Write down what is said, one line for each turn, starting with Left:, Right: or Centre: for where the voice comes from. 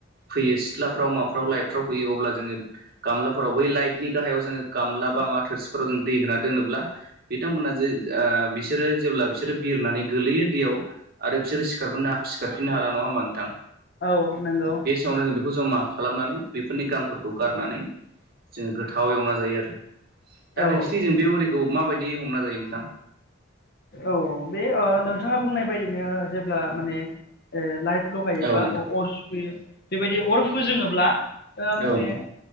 Right: फैयो सिथ्लाफ्राव माफ्राव लाइटफ्राव फैयो अब्ला जोङो गामलाफोराव बै लाइटनि गाहायाव जोङो गामला बा माबा थोरसिफोराव जों दै होना दोनोब्ला बिथांमोना जे ओ बिसोरो जेब्ला बिसोरो बिरनानै गोलैयो दैयाव आरो फिसोरो सिखारबोनो सिखारफिननो हाला, नङा होमबा नोंथां?
Left: औ नोंगौ।
Right: बे समावनो जों बेखौ जमा खालामनानै बेफोरनि गांफोरखौ गारनानै जोङो गोथाव एवना जायो आरो दा
Left: औ
Right: नोंसोरनिजों बे उरिखौ माबायदि दि हमना जायो नोंथां
Left: औ बे नोंथाङा बुंनाय बायदिनो जेब्ला माने ओ लाइट लगायोबा
Right: औ नोंथां
Left: अर सुयो बेबायदि अर फोजोङोब्ला दा माने
Right: औ नोंथां